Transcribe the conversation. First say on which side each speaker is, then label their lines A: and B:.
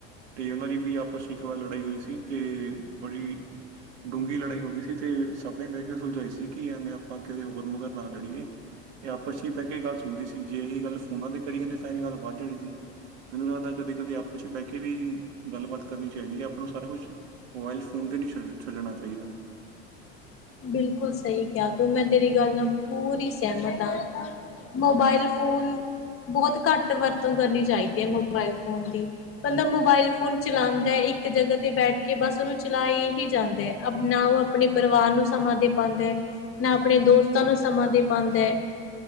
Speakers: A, on the right; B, on the left.
A: ਤੇ ਉਹਨਾਂ ਦੀ ਵੀ ਆਪਸ ਇੱਕ ਵਾਰ ਲੜਾਈ ਹੋਈ ਸੀ। ਤੇ ਬੜੀ ਡੂੰਘੀ ਲੜਾਈ ਹੋ ਗਈ ਸੀ। ਤੇ ਸਭ ਨੇ ਬਹਿ ਕੇ ਸੁਲਝਾਈ ਸੀ। ਕੀ ਐਵੇਂ ਆਪਾਂ ਕਿਸੇ ਹੋਰ ਮਗਰ ਨਾ ਲੜੀਏ। ਇਹ ਆਪਸ ਹੀ ਬਹਿ ਕੇ ਗੱਲ ਸੁਲਦੀ ਸੀ। ਜੇ ਇਹ ਗੱਲ ਫੋਨਾਂ ਤੇ ਕਰੀ ਜਾਂਦੇ, ਤਾਂ ਇਹ ਗੱਲ ਵੱਜ ਜਾਣੀ ਸੀ। ਮੈਨੂੰ ਲੱਗਦਾ ਕਦੇ- ਕਦੇ ਆਪਸ ਚ ਬਹਿ ਕੇ ਵੀ, ਗੱਲਬਾਤ ਕਰਨੀ ਚਾਹੀਦੀ ਹੈ। ਆਪਾਂ ਨੂੰ ਸਾਰਾ ਕੁਛ ਮੋਬਾਇਲ ਫੋਨ ਤੇ ਨਹੀਂ ਛੱਡ ਛੱਡਣਾ ਚਾਹੀਦਾ।
B: ਬਿਲਕੁਲ ਸਹੀ ਕਿਹਾ ਤੂੰ। ਮੈਂ ਤੇਰੀ ਗੱਲ ਨਾਲ ਪੂਰੀ ਸਹਿਮਤ ਹਾਂ। ਮੋਬਾਇਲ ਫੋਨ, ਬਹੁਤ ਘੱਟ ਵਰਤੋਂ ਕਰਨੀ ਚਾਹੀਦੀ ਹੈ। ਮੋਬਾਇਲ ਫੋਨ ਦੀ। ਬੰਦਾ ਮੋਬਾਇਲ ਫੋਨ ਚਲਾਉਦਾ ਇੱਕ ਜਗਾ ਤੇ ਬੈਠ ਕੇ, ਬਸ ਉਹਨੂੰ ਚਲਾਏ ਹੀ ਜਾਂਦਾ। ਅਪਨਾ ਨਾ ਉਹ ਆਪਣੇ ਪਰਿਵਾਰ ਨੂੰ ਸਮਾਂ ਦੇ ਪਾਉਂਦਾ ਹੈ। ਨਾ ਆਪਣੇ ਦੋਸਤਾਂ ਨੂੰ ਸਮਾਂ ਦੇ ਪਾਉਂਦਾ ਹੈ।